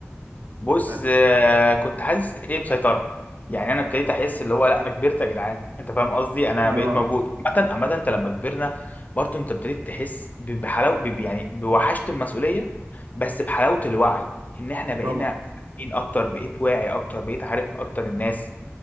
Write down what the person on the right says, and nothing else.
ف
اه
طبعا